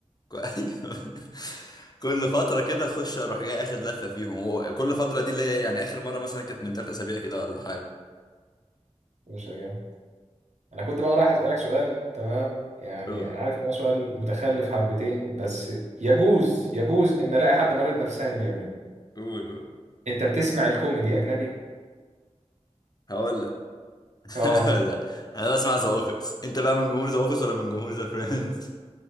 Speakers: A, on the left; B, on the right.
A: ك- <laughs> أيوة. كل فتره كده اخش اروح جاي اخد لفه فيهم وكل فتره دي اللي هي يعني اخر مره مثلا كانت من ثلاث اسابيع كده ولا
B: مش جامد انا كنت بقى رايح اسالك سؤال تمام يعني
A: حاجه
B: انا عارف ان هو سؤال متخلف حبتين بس يجوز يجوز ان الاقي حد مريض نفساني بيعمله
A: قول قول
B: انت بتسمع الكوميدي اجنبي
A: هقول لك <laughs>
B: اه
A: هقول لك انا بسمع ذا اوفيس انت بقى من جمهور ذا اوفيس ولا من جمهور ذا فريندز